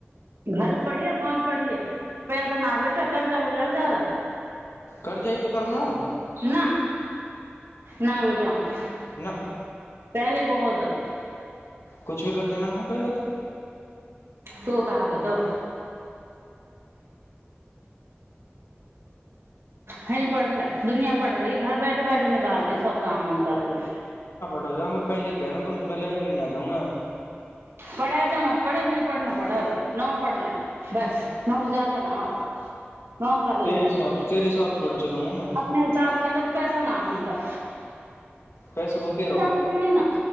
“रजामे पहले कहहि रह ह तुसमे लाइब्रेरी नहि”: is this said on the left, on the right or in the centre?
Left